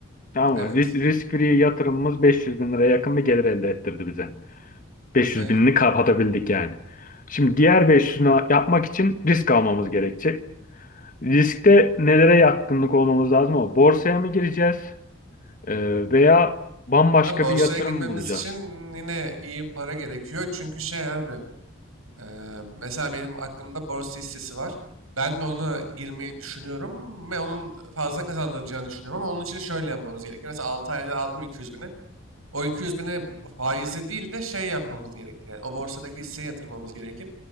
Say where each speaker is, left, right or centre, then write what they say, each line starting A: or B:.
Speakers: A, on the left (about 40°); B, on the right (about 85°).
A: Tamam
B: Evet,
A: mı? Risk, risk free yatırımımız 500 bin liraya yakın bir gelir elde ettirdi bize. 500
B: aynen.
A: binini kapatabildik yani. Şimdi diğer 500'ünü yapmak için risk almamız gerekecek. Riskte nelere yatkınlık olmamız lazım ama borsaya mı gireceğiz Ee, veya bambaşka
B: Ama borsaya
A: bir yatırım
B: girmemiz
A: mı bulacağız?
B: için yine iyi para gerekiyor. Çünkü şey abi, e, mesela benim aklımda borsa hissesi var. Ben de ona girmeyi düşünüyorum ve onun fazla kazandıracağını düşünüyorum. Ama onun için şöyle yapmamız gerekir. Mesela 6 ayda aldım 200 bini. O 200 bini faizi değil de şey yapmamız gerekir. Yani o borsadaki hisseye yatırmamız gerekir.